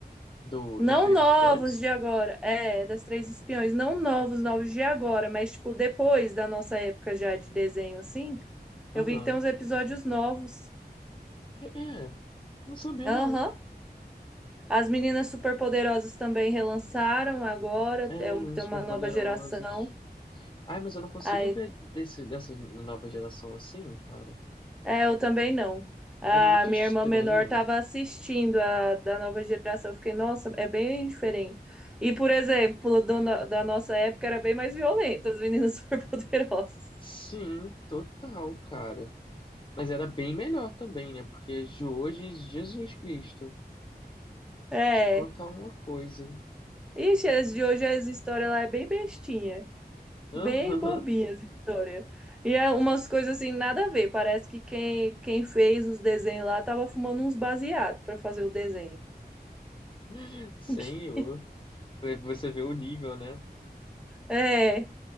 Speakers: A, on the left; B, in the centre.
A: Do,
B: Não
A: das Três
B: novos
A: Espiãs?
B: de agora, é, das Três Espiões. Não novos, novos de agora, mas, tipo, depois da nossa época já de desenho, assim. Eu
A: Aham.
B: vi que tem uns episódios novos.
A: É, é. Não sabia,
B: Aham.
A: não.
B: As meninas superpoderosas também relançaram agora,
A: É,
B: é um-
A: e
B: tem
A: uns
B: uma
A: superpoderosos.
B: nova geração.
A: Ai, mas eu não consigo
B: Aí,
A: ver desse, dessa nova geração assim, cara.
B: é, eu também não. A
A: É muito
B: minha
A: estranho.
B: irmã menor estava assistindo a da nova geração. Eu fiquei, nossa, é bem diferente. E, por exemplo, do no- da nossa época era bem mais violenta, as meninas <laughs> superpoderosas.
A: Sim, total, cara. Mas era bem melhor também, né? Porque de hoje, Jesus Cristo.
B: É.
A: Te contar uma coisa, hein?
B: Ixi, as de hoje as histórias lá é bem bestinha.
A: Aham,
B: Bem bobinhas, essa história. E é umas coisas assim, nada a ver. Parece que quem, quem fez os desenhos lá tava fumando uns baseados para fazer o desenho.
A: <laughs> senhor.
B: <laughs>
A: Pra você ver o nível, né?
B: É,